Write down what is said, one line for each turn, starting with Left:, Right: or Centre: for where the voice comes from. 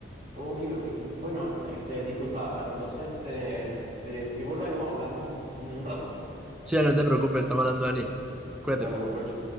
Right: Ok, ok. Bueno, este, disculpa, ah, entonces te, te escribo luego, hablamos en un rato.
Centre: Sí, no te preocupes, estamos hablando de anime. Cuídate.
Right: Vale, buen provecho.